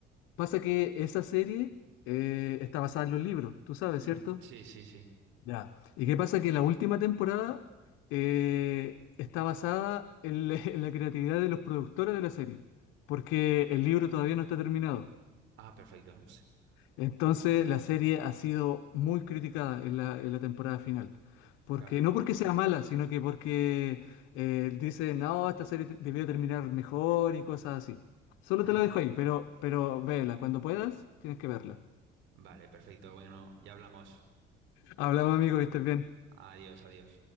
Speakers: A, on the left; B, on the right.
A: pasa que esa serie eh, está basada en los libros, tú sabes,
B: Mm,
A: ¿cierto?
B: Sí, sí, sí.
A: Ya. ¿Y qué pasa? Que la última temporada eh, está basada en la, <laughs> en la creatividad de los productores de la serie, porque el libro todavía no está terminado.
B: Ah, perfecto. <laughs>
A: Entonces la serie ha sido muy criticada en la, en la temporada final. Porque,
B: Claro.
A: no porque sea mala, sino que porque eh, dice, no, esta serie te- debió terminar mejor y cosas así. Solo
B: Mm,
A: te lo dejo ahí, pero, pero vela, cuando puedas, tienes que verla.
B: Vale, perfecto. Bueno, ya hablamos.
A: Hablamos, amigo, que estés bien.
B: Adiós, adiós.